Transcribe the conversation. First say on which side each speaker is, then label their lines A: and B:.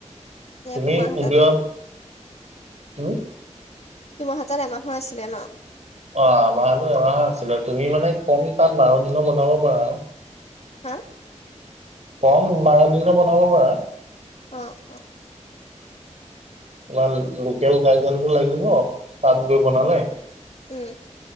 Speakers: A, on the right; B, on the left.
A: তুমি
B: তোমাৰ হাতত
A: উলোৱা। হম
B: তোমাৰ হাতত এমাহৰ আছিলে ন
A: অ আমাৰতো এমাহ আছিলে, তুমি মানে কম তাত বাৰ দিনৰ বনাব পাৰা আৰু।
B: হা
A: কম বাৰ দিনৰ বনাব পাৰা
B: অ অ
A: তোমাৰ লোকেল গাৰ্জেনটো লাগিব, তাত গৈ বনালে।
B: উম।